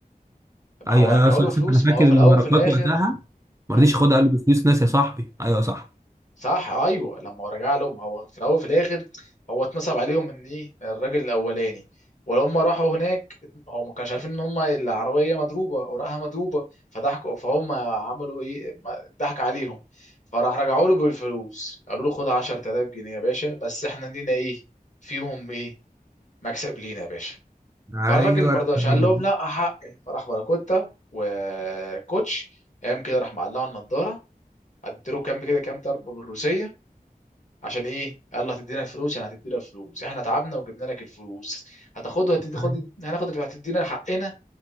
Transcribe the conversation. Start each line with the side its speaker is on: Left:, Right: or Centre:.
Left: ما
Right: ايوه
Left: هو رجعوا
Right: ايوه أصل-
Left: له
Right: أصل
Left: فلوس
Right: انا فاكر
Left: ما هو في
Right: ان
Left: الاول
Right: بركات
Left: وفي الاخر
Right: وقتها ما
Left: ايوه
Right: رضيش ياخدها قال له دي فلوس ناس يا صاحبي ايوه صح
Left: صح ايوه لما هو رجع لهم هو في الاول وفي الاخر هو اتنصب عليهم من ايه من الراجل الاولاني ولما راحوا هناك هو ما كانش عارفين ان هم العربيه مضروبه اوراقها مضروبه فضحكوا فهم عملوا ايه ما- ضحك عليهم فراح رجعوا له بالفلوس قالوا له خد 10000 جنيه يا باشا بس احنا لينا ايه فيهم ايه مكسب لينا يا باشا
Right: ايوه
Left: فالراجل ما رضاش
Right: الراجل
Left: قال لهم
Right: ده
Left: لا حقي فراح باراكوتا وكوتش قام كده راح مقلع النضاره اديله كام كده كام ضربه بالروسيه عشان ايه قال له هتدينا فلوس يعني هتدينا فلوس احنا تعبنا وجبنا لك الفلوس هتاخدها هتدي
Right: أيوة.
Left: خد هناخد هتدينا حقنا